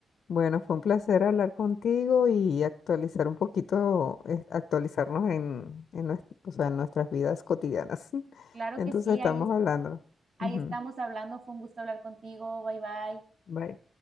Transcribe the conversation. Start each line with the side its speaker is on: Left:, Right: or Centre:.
Left: Bueno, fue un placer hablar contigo y actualizar un poquito, eh, actualizarnos en, en, nues- o sea, en nuestras vidas cotidianas. <laughs>
Right: Claro
Left: Entonces
Right: que sí,
Left: estamos
Right: ahí,
Left: hablando.
Right: ahí
Left: Ujú,
Right: estamos hablando. Fue un gusto hablar contigo. Bye bye.
Left: Bye.